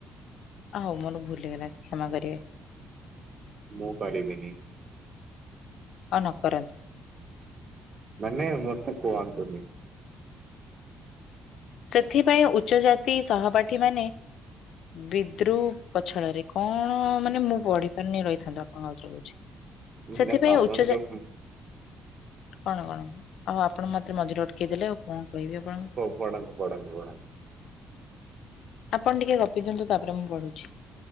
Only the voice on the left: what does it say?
ଆ ହଉ ମୋର ଭୁଲ ହେଇଗଲା କ୍ଷମା କରିବେ
ହଁ ନ କରନ୍ତୁ।
ସେଥିପାଇଁ ଉଚ୍ଚ ଜାତି ସହପାଠୀ ମାନେ ବିଦ୍ରୁ ପଛଡରେ କଣ ମାନେ ମୁଁ ପଢି ପାରିନି ରହିଥାନ୍ତ ଆପଣଙ୍କ କହୁଛି
ସେଥିପାଇଁ
ଉଚ୍ଚ କଣ କଣ ଆଉ ଆପଣ ମତେ ମଝିରେ ଅଟକେଇ ଦେଲେ ଆଉ କଣ କହିବି ଆପଣଙ୍କୁ।
ଆପଣ ଟିକେ ଗପି ଦିଅନ୍ତୁ ତାପରେ ମୁଁ ପଢୁଛି